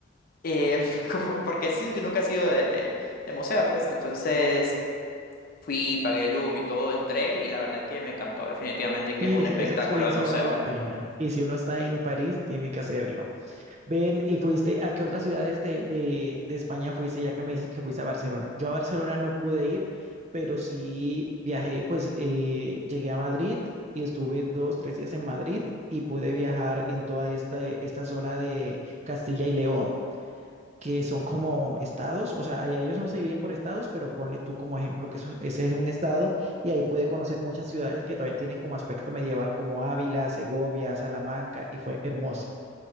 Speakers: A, on the left (about 50°); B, on the right (about 35°).
A: eh, <laughs> como- porque sí, que nunca he sido de, de, de museos, pues. Entonces fui, pagué el Louvre y todo, entré y la verdad es que me encantó. Definitivamente que
B: Sí,
A: es un
B: esa,
A: espectáculo
B: esa experiencia
A: de museo.
B: vale la pena. Y si uno está en París, tiene que hacerlo. Ven, ¿y fuiste a qué otras ciudades de, de, de España fuiste, ya que me dices que fuiste a Barcelona? Yo a Barcelona no pude ir, pero sí viajé, pues eh, llegué a Madrid y estuve dos, tres días en Madrid y pude viajar en toda esta, esta zona de Castilla y León, que son como estados, o sea, allá ellos no
A: Ujú.
B: se dividen por estados, pero ponle tú como ejemplo que eso- ese es un estado y ahí pude conocer muchas ciudades que todavía tienen como aspecto medieval, como Ávila, Segovia, Salamanca, y fue hermoso.